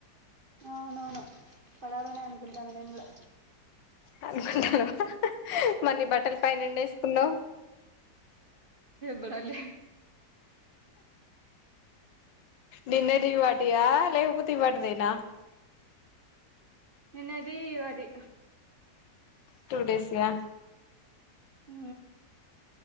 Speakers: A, on the right; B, on the left.
A: అవునవును పడాలనే అనుకుంటాన నేను కూడా
B: అనుకుంటను మరిని బట్టల్ పైన ఎండేసుకున్నావ్
A: బడ లే
B: నిన్నటి వాటియా లేపో ఇవాటిదేనా
A: నిన్నటి అది
B: టూడేష్ యా
A: ఉ